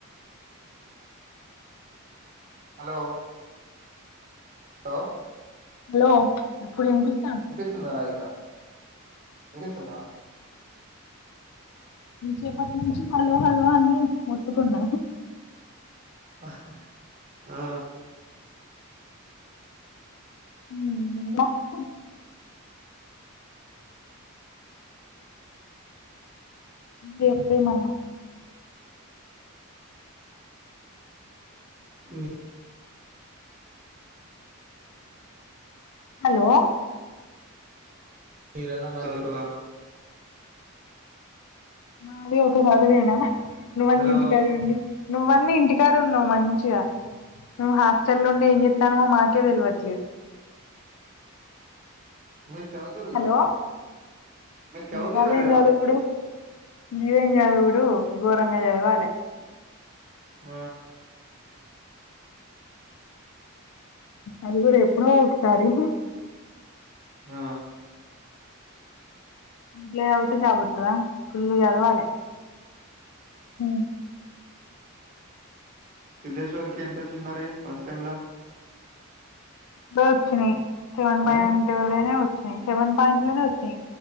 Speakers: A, on the right; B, on the left.
A: హలో హలో
B: హలో ఇప్పుడు విన్పిస్తు
A: వినిపిస్తుందా రాధిక వినిపిస్తుందా
B: ఇంచేపటినుంచి హలో హలో అని మొత్తుకున్న
A: అహ్ ఆ
B: <inaudible> దెప్పియు మన్నా
A: మీ
B: హలో
A: మీరన్న మాట్లాడుదురుగా
B: మాది ఒక చదివేనా, నువ్వన్నింటిడుండీ
A: హలో
B: నువ్వన్న ఇంటికాడున్నవ్ మంచిగా. మేం హాస్టలుండి ఏం చెత్తానమో మాకే తెల్వట్లేదు.
A: మీర్ చదువుతూ
B: హలో
A: చదువుతున్నారుగా
B: గదేం చదువుడు గిదేం చదువుడు ఘోరంగ చదవాలే.
A: ఆ
B: అది గుడ ఎప్పుడో ఒకసారి
A: ఆ
B: ఇట్లా చదివితే జాబ్ వత్తదా, ఫుల్లు చదవాలే ఉమ్
A: సిద్దేశ్వర్కి ఎంతొచ్చింది మరి ఫస్ట్ సెమ్ల?
B: ప్పుడే వచ్చినయి, సెవెన్ పాయింట్
A: ఆ
B: టూ లోనే వచ్చినయి, సెవెన్ పాయింట్ లోనే వచ్చాయి.